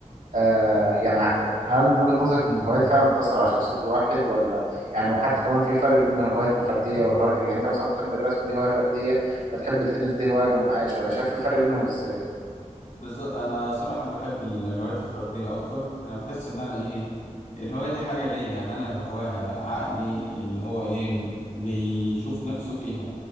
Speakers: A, on the right; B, on the left.
A: آه يعني هل من وجهة نظرك ان الهوايات فعلا بتأثر على شخصية الواحد ولا يعني وحتى كمان في فرق بين الهوايات الفردية والهوايات الج- يعني انت مثلا بتحب الرسم دي هواية فردية بتحب التنس دي هواية جماعية شوية شايف الفرق بينهم ازاي؟
B: بالظبط انا صراحه بحب ال- الهوايات الفرديه اكتر انا بحس ان انا ايه الهوايه دي حاجه ليا يعني انا بهواها عقلي اللي هو ايه م- بيشوف نفسه فيها